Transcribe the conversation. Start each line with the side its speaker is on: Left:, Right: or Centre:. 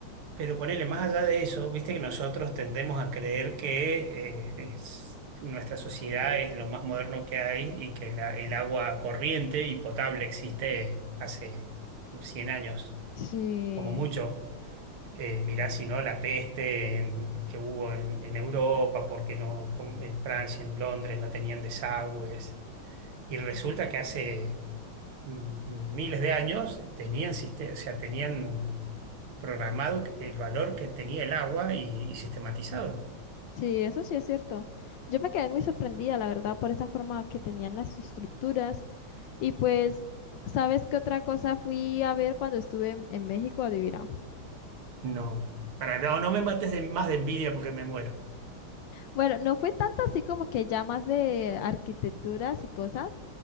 Right: Pero ponele, más allá de eso, viste que nosotros tendemos a creer que eh, es- nuestra sociedad es lo más moderno que hay y que la- el agua corriente y potable existe hace 100 años,
Left: Sí,
Right: como mucho. Eh, mirá, si no, la peste en- que hubo en, en Europa, porque no, con- en Francia, en Londres no tenían desagües. Y resulta que hace mm, miles de años tenían, siste- o sea, tenían programado el valor que tenía el agua y, y sistematizado.
Left: sí, eso sí es cierto. Yo me quedé muy sorprendida, la verdad, por esa forma que tenían las estructuras. Y pues, ¿sabes qué otra cosa fui a ver cuando estuve en, en México? Adivina.
Right: No, para, no, no me mates de, más de envidia porque me muero.
Left: Bueno, no fue tanto así como que ya más de arquitecturas y cosas,